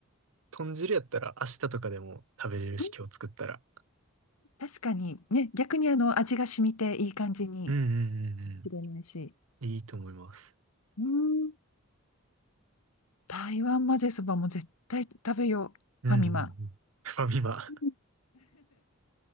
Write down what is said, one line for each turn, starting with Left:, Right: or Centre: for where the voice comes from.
Right: 豚汁やったら明日とかでも食べれるし、
Left: うん
Right: 今日作ったら。
Left: 確かにね、逆にあの味が染みていい感じに。
Right: うんうんうんう
Left: しれないし。
Right: んいいと思います。
Left: うーん台湾混ぜそばも絶対食べよう。
Right: うんうん。
Left: ファミマ。
Right: うんうんファミマ。
Left: <laughs>